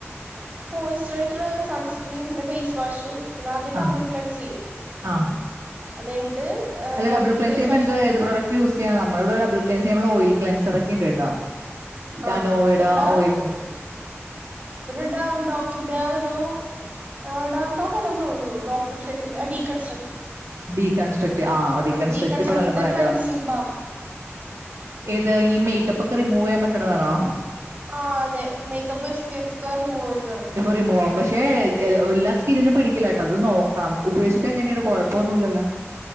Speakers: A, on the right; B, on the right.
A: മോയ്സ്ചറൈസർ സൺസ്ക്രീൻ പിന്നെ ഫേസ് വാഷ് പിന്നെ ആദ്യം
B: ആ
A: ഡബിൾ ക്ലെൻസ്യ്യും
B: ആ
A: അത്യ്ഞ്ഞിട്ട
B: അല്ല ഡബിൾ ക്ലെൻസ്
A: ഫേസ്
B: ചെയ്യുമ്പോൾ
A: വാഷ്ർ
B: എന്താ ഏത് പ്രോഡക്റ്റ് യൂസ് ചെയ്യ നമ്മളവിടെ ടബ്ൾകേൻസർ നമ്മള് ഓയിൽകെൻസറൊക്ക ഇണ്ട്ട്ടോ റ്റനോവെട
A: ആഹ് ഇവിടെ
B: ഓയിൽ കെൻസ
A: ഒരു ഡാംഡോക്കിന്റെ ഒരു ആഹ് ഡംഡോക്കല്ലെന്ന തോന്നുന്നു ഡോക്ടർ ശെത്തിന്റെ ഡീ കൺസ്ട്രക്ട്
B: ഡീകൺസ്ട്രക്ട് ആ ഡികൺസ്ട്രക്ടഇപ്പൊ
A: ഡീകൺസ്ട്രക്ഷന്റെ
B: നല്ല ബ്രാൻഡാ
A: ക്ലൻസിങ് ബാം
B: ഏത് ഈ മേക്കപ്പൊക്കെ റിമൂവയ്യാൻ പറ്റണതാണോ
A: ആഹ് അതെ മേക്കപ്പ് എസ് പി എഫൊക്കെ റിമൂവയ്ത്കളയും
B: റിമൂവാ പശെ എല്ലാ സ്കിന്നനു പിടിക്കില്ലട്ടോ അത് നോക്കണം ഉപയോഗിച്ചിട്ട് എങ്ങനെയാണ് കൊഴപ്പ പോന്നുല്ലല്ലാ